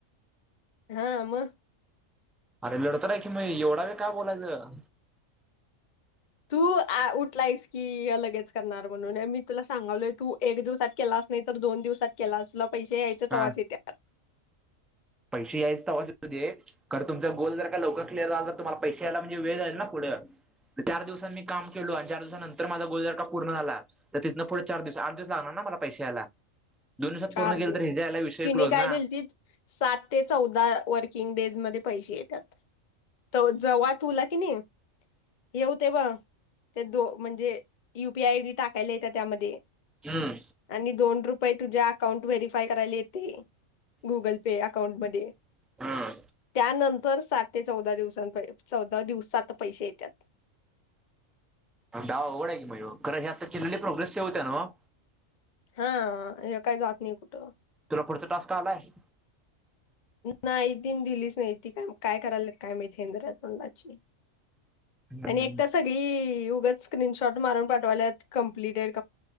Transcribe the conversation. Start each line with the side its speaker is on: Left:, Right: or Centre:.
Left: हा म.
Centre: अरे लढत आहे की मग एवढा वेळ काय बोलायचं.
Left: तू उठला आहेस की अलगद. करणार म्हणून मी तुला सांगालोय तू एक दिवसात केलाच नाही तर दोन दिवस केलास तुला पैसे यायच तवाचं
Centre: हा
Left: येतात.
Centre: पैसे यायचं तेव्हाच येऊ देत खरं तुमचा गोल जर का लवकर क्लिअर झाला तर तुम्हाला पैसे यायला म्हणजे वेळ जायील ना पुढं चार दिवसात मी काम केलो आणि चार दिवसांनंतर माझा गोल जर का पूर्ण झाला. तर तिथं पुढं चार दिवस आठ दिवस लागणार ना मला पैशा यायला. दोन दिवसात
Left: चार
Centre: पूर्ण केले
Left: दि
Centre: तर हेज्या आईला विषय
Left: तिने
Centre: क्लोज
Left: काय
Centre: ना.
Left: दिलतीत सात ते चौदा वर्किंग डेज मध्ये पैसे येतात तर जव्हा तुला की नाही हे होते ब ते दो म्हणजे युपीआय आयडी टाकायला येत्या त्यामध्ये
Centre: हम्म
Left: आणि दोन रुप पै तू जा. अकाउंट व्हेरीफाय करायला येते. गुगल पे अकाउंटमध्ये
Centre: हम्म
Left: त्यानं तर सात ते चौदा दिवसां चौदा दिवसात पैसे येतात.
Centre: डाव आवगड आहे की यो खरं हे आता केिलेली प्रोग्रेस सेव होत्या नवं.
Left: हा हे काही जात नाही कुठं.
Centre: तुला पुढचा टास्क आलाय.
Left: नाही त दिलीच नाही ती का काय करायला काय माहितीे इंद्रातोंडाची.
Centre: हम्म
Left: आणि
Centre: हम्म.
Left: एक तर सगळी स्क्रीन शॉट मारून टाकायला टास्क कंपलेतेड